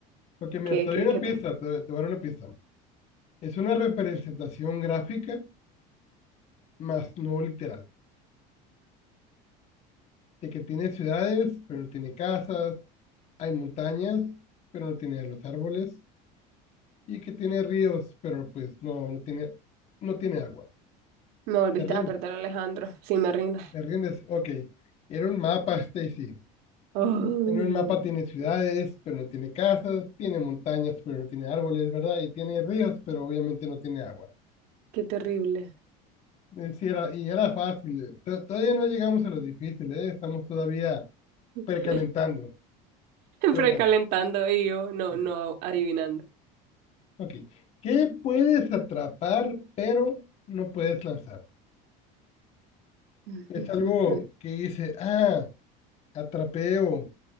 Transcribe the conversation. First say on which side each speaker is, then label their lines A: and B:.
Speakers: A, on the left; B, on the right.
A: Porque mira,
B: que,
A: te
B: que,
A: doy una
B: que
A: pista,
B: pe-
A: te, te voy a dar una pista. Es una representación gráfica, más no literal, de que tiene ciudades, pero no tiene casas, hay montañas, pero no tiene los árboles, y que tiene ríos, pero pues no, no tiene, no tiene agua.
B: me volviste
A: ¿Te rindes?
B: a perder, Alejandro. Si me rindas.
A: ¿Te rindes? Ok. Era un mapa, Stacy.
B: Oh,
A: En un mapa tiene ciudades, pero no tiene casas, tiene montañas, pero no tiene árboles, ¿verdad? Y tiene ríos, pero obviamente no tiene agua.
B: qué terrible.
A: Eh, sí era- y era fácil. eh. To- todavía no llegamos a lo difícil, ¿eh? Estamos todavía
B: <laughs>
A: precalentando. Pero
B: Precalentando
A: bueno,
B: y yo no,
A: bien.
B: no adivinando.
A: Ok. ¿Qué puedes atrapar, pero no puedes lanzar?
B: <laughs>
A: Es algo que dice, ah, atrapé o